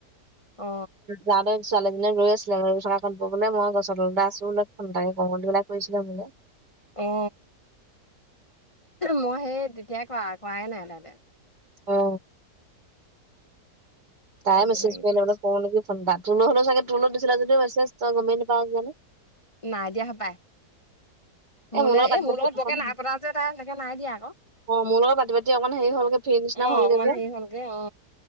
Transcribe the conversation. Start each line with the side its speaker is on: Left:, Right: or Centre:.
Left: অ
Right: যাৰ ছোৱালীজনি ৰৈ আছিলে মানে ৰৈ থকা কাৰণে মই গছত তলতে আছো বুলো ফোন এটাকে কৰোঁ বুলিপেলাই কৰিছে আও মূলে
Left: উ মই সেই তেতিয়াই কৱা কৱাই নাই তাতে
Right: অ তাই
Left: কৰিব
Right: মেছেজ
Left: লাগিব
Right: কৰিলে
Left: এতিয়া
Right: বুলে কৰোঁ নেকি ফোন এটা তোলোঁ দিছিলে যদিও মেচেজ তই গমেই নাপাৱও কিজানি
Left: নাই দিয়া হপায়
Right: এ
Left: মোলৈ
Right: পাতি
Left: এই মোৰ
Right: পাতি
Left: লগত
Right: অকন
Left: বৰকে নাই পতা যে তাই সেনেকে নাই দিয়া আকৌ
Right: অ মোৰ লগত পাতি পাতি অকন হেৰি হ'লগে ফ্ৰী নিচিনা
Left: অ
Right: হ'লগে
Left: অকমান
Right: যে
Left: হেৰি হলগে অ